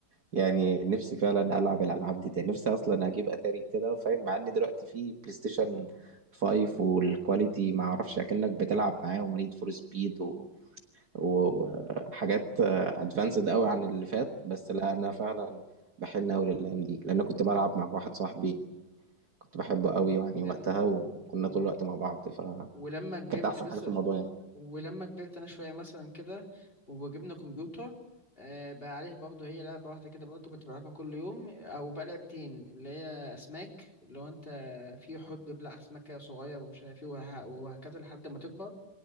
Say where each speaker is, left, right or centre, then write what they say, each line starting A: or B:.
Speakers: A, on the right; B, on the left.
A: يعني نفسي فعلا العب الالعاب دي تاني نفسي اصلا اجيب اتاري كده فاهم مع ان دلوقتي في بلاي ستيشن 5 والكواليتي ما اعرفش اكنك بتلعب معاهم ونيد فور سبيد و- وحاجات ادفانسد قوي عن اللي فات بس لا انا فعلا بحن قوي للايام دي لان أنا كنت بلعب مع واحد صاحبي كنت بحبه قوي يعني
B: كان
A: وقتها وكنا
B: و...
A: طول الوقت مع بعض فكانت
B: ولما كبرت
A: احسن
B: بس
A: حاجه في الموضوع يعني
B: ولما كبرت انا شويه مثلا كده وجبنا كمبيوتر آه، بقى عليه برضه هي لعبه واحده كده برضه كنت بلعبها كل يوم او بقى لعبتين اللي هي اسماك اللي هو انت في حوت بيبلع اسماك كده صغير ومش عارف ايه وه- وهكذا لحد ما تكبر